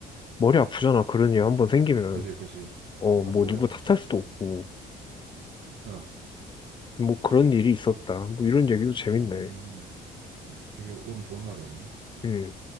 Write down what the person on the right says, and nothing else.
그지, 그지.
아주
머리
아프지.
어,
어, 되게 운 좋은 날이었네.